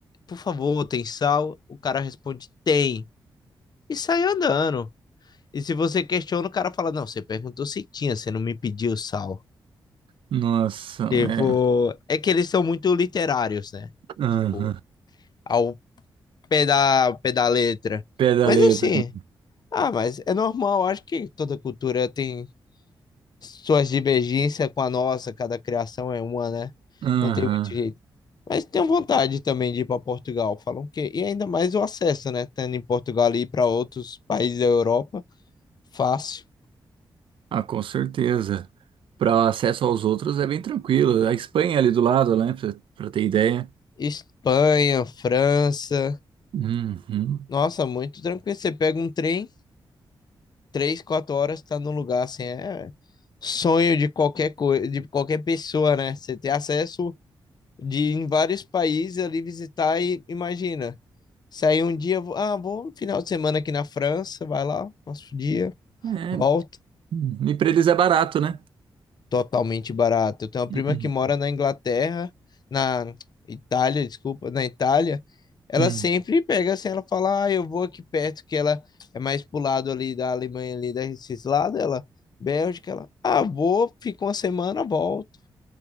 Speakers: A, on the left (about 50°); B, on the right (about 75°).
A: por favor, tem sal? O cara responde, tem. E sai andando. E se você questiona, o cara fala: Não, você perguntou se tinha, você não me pediu sal.
B: Nossa,
A: Tipo,
B: é.
A: é que eles são muito literários, né?
B: Aham.
A: Tipo, ao pé da, pé da letra.
B: Pé da
A: Mas
B: letra.
A: assim, ah, mas é normal, acho que toda cultura tem suas divergências com a nossa, cada criação é uma, né?
B: Aham.
A: Não tem muito jeito. Mas tenho vontade também de ir para Portugal. Falam que. E ainda mais o acesso, né? Tendo em Portugal e ir para outros países da Europa, fácil.
B: Ah, com certeza. Para acesso aos outros é bem tranquilo. A Espanha é ali do lado, né? Para ter ideia.
A: Espanha, França.
B: Uhum.
A: Nossa, muito tranquilo. Você pega um trem, três, quatro horas, tá no lugar, assim, é sonho de qualquer coisa, de qualquer pessoa, né? Você ter acesso de ir em vários países ali visitar e imagina. Sair um dia, vou- ah, vou um final de semana aqui na França, vai lá, passo o dia,
B: É.
A: volta.
B: uhum. E para eles é barato, né?
A: totalmente barato. Eu tenho uma
B: Uhum.
A: prima que mora na Inglaterra, na Itália, desculpa, na Itália. Ela
B: Uhum.
A: sempre pega assim, ela fala, ah, eu vou aqui perto, que ela é mais pro lado ali da Alemanha, ali desses lados, ela, Bélgica, ela, ah, vou, fico uma semana, volto.